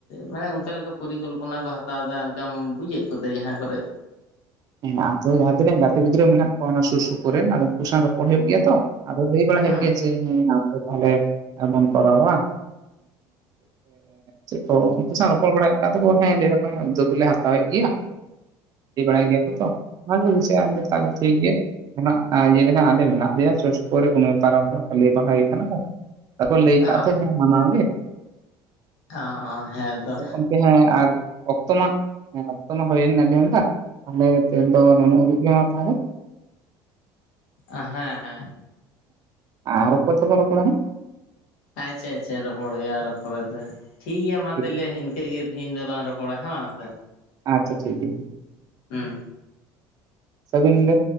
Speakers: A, on the left; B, on the right.
A: ᱢᱟᱱᱮ ᱚᱱᱠᱟ ᱞᱮᱠᱟ ᱯᱚᱨᱤᱠᱚᱞᱯᱚᱱᱟ ᱠᱚ ᱦᱟᱛᱟᱣᱫᱟ ᱚᱱᱠᱟᱢ ᱵᱩᱡᱮᱫ ᱠᱚᱛᱮ ᱡᱟᱦᱟᱸ ᱠᱚᱨᱮ
B: ᱦᱮᱱᱟᱜ-ᱟ ᱡᱚᱵᱮ ᱡᱟᱦᱟᱸ ᱛᱤᱱᱟᱹᱜ ᱜᱟᱛᱮ ᱜᱤᱫᱽᱨᱟᱹ ᱢᱮᱱᱟᱜ ᱠᱚᱣᱟ ᱚᱱᱟ ᱥᱩᱨ ᱥᱩᱯᱩᱨ ᱨᱮᱱ ᱟᱨ ᱩᱱᱠᱩ ᱥᱟᱶ ᱨᱚᱯᱚᱲ ᱦᱩᱭᱩᱜ ᱜᱮᱭᱟ ᱛᱚ ᱟᱫᱚ ᱞᱟᱹᱭ ᱵᱟᱲᱟᱟᱭ
A: ᱦᱮᱸ
B: ᱦᱩᱭᱩᱜ ᱜᱮᱭᱟ ᱡᱮ ᱦᱮᱸ ᱛᱟᱦᱚᱞᱮ ᱵᱚᱱ ᱠᱚᱨᱟᱣᱟ ᱪᱮᱫ ᱠᱚ ᱩᱱᱠᱩ ᱨᱚᱯᱚᱲ ᱵᱟᱲᱟᱭᱮᱫ ᱜᱮ ᱛᱚ ᱦᱮᱸ ᱞᱟᱹᱭ ᱮᱫᱟ ᱠᱚ ᱩᱫᱫᱚᱜ ᱜᱮᱞᱮ ᱦᱟᱛᱟᱣᱮᱫ ᱜᱮᱭᱟ ᱞᱟᱹᱭ ᱵᱟᱲᱟᱭ ᱜᱮᱭᱟ ᱚᱱᱟᱮ ᱵᱩᱡᱷᱟᱹᱜᱼᱟ ᱛᱟᱦᱞᱮ ᱴᱷᱤᱠ ᱜᱮᱭᱟ ᱚᱱᱟ ᱤᱭᱟᱹ ᱞᱮᱠᱷᱟᱱ ᱟᱞᱮ ᱢᱮᱱᱟᱜ ᱞᱮᱭᱟ ᱥᱩᱨ ᱥᱩᱯᱩᱨ ᱠᱚᱱᱚ ᱟᱨᱟᱢ ᱦᱚᱲᱟᱜ ᱞᱟᱹᱭ ᱯᱟᱲᱦᱟᱣ ᱠᱟᱱᱟ ᱠᱚ ᱟᱠᱚ ᱞᱟᱹᱭ
A: ᱚ
B: ᱠᱟᱜ ᱛᱮ ᱦᱮᱸ ᱢᱟᱱᱟᱣ ᱜᱮ
A: ᱚ ᱦᱮᱸ ᱛᱚ
B: ᱜᱚᱢᱠᱮ ᱦᱮᱸ ᱟᱨ ᱚᱠᱛᱚ ᱢᱟ ᱦᱸ ᱚᱠᱛᱚ ᱢᱟ ᱦᱩᱭᱮᱱ ᱰᱮᱶᱫᱟ ᱛᱟᱦᱞᱮ ᱛᱮᱦᱮᱧ ᱫᱚ ᱱᱩᱱᱟᱹᱜ ᱦᱵᱤᱡ ᱜᱮᱢᱟ ᱛᱟᱦᱚᱞᱮ
A: ᱦᱮᱸ ᱦᱮᱸ
B: ᱟᱨ ᱨᱚᱯᱚᱲ ᱫᱚᱵᱚᱱ ᱨᱚᱯᱚᱲᱟ ᱦᱮᱸ
A: ᱟᱪᱪᱷᱟ ᱟᱪᱪᱷᱟ ᱨᱚᱯᱚᱲ ᱦᱩᱭᱩᱜᱼᱟ ᱯᱚᱨᱮᱛᱮ ᱴᱷᱤᱠ ᱜᱮᱭᱟ ᱢᱟ
B: ᱴᱷᱤᱠ
A: ᱛᱟᱦᱚᱞᱮ ᱤᱱᱠᱟᱹ ᱜᱮ ᱛᱮᱤᱦᱤᱧ ᱫᱚᱞᱟᱝ ᱨᱚᱯᱚᱲᱟ ᱦᱮᱸ ᱵᱟᱝᱥ ᱦᱮᱸ
B: ᱟᱪᱪᱷᱟ ᱴᱷᱤᱠ ᱜᱮᱭᱟ
A: ᱦᱮᱸ
B: ᱥᱟᱹᱜᱩᱧ ᱧᱤᱫᱟᱹ